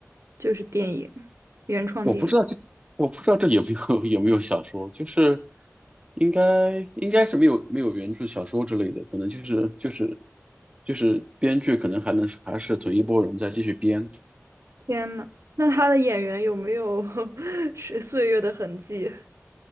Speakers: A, on the right; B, on the right.
A: 就是电影，原创电影？
B: 我不知道这，我不知道这有没有 <laughs> 有没有小说，就是应该应该是没有没有原著小说之类的，可能就是就是就是编剧可能还能还是同一波人再继续编。
A: 天呐，那他的演员有没有 <laughs> 是岁月的痕迹？